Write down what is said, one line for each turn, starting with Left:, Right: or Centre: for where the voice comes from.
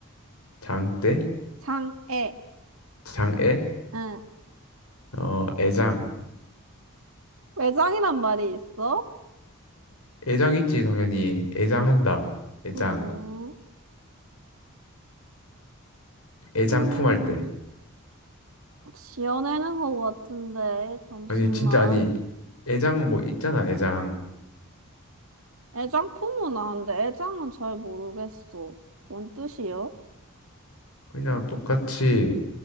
Left: 장대,
Right: 장애,
Left: 장애,
Right: 응.
Left: 어, 애장.
Right: 외장이란 말이 있어?
Left: 애장 있지, 당연히. 애장한다. 애장.
Right: 음,
Left: 애장
Right: 음,
Left: 품할 때.
Right: 지어내는 것 같은데, 잠시만.
Left: 아니, 진짜 아니. 애장 뭐 있잖아, 애장.
Right: 애장품은 아는데, 애장은 잘 모르겠어. 뭔 뜻이요?
Left: 그냥 똑같이